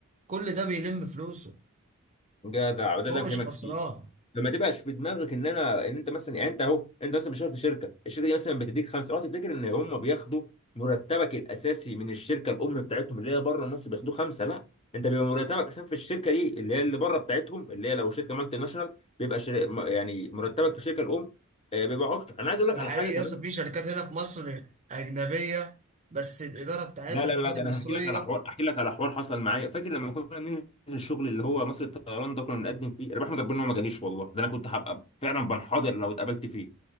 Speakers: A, on the right (about 35°); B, on the left (about 30°).
A: كل ده بيلم فلوسه
B: جدع وده
A: هو
B: اللي انا
A: مش
B: بكلمك
A: خسران
B: فيه فما تبقاش في دماغك ان انا ان انت مثلا يعني انت اهو انت مثلا بتشتغل في شركه الشركه دي مثلا بتديك خمسه اوعى تفتكر ان هم بياخدوا مرتبك الاساسي من الشركه الام بتاعتهم اللي هي بره مصر بياخدوه خمسه لا انت بيبقى مرتبك اساسا في الشركه دي اللي هي اللي بره بتاعتهم اللي هي لو شركه مالتي ناشونال بيبقى شر... م- يعني مرتبك في الشركه الام آه، بيبقى اكتر انا عايز اقول
A: ده
B: لك على
A: حقيقي
B: حاجه كمان
A: يا اسطى في شركات هنا في مصر أجنبية بس الإدارة بتاعتها
B: لا لا
A: إدارة
B: لا ده
A: مصرية
B: انا هحكي لك على حوار احكي لك على حوار حصل معايا فاكر لما كنا بننزل الشغل اللي هو مصر الطيران ده كنا بنقدم فيه انا بحمد ربنا ان هو ما جاليش والله ده انا كنت هبقى فعلا بنحاضر لو اتقابلت فيه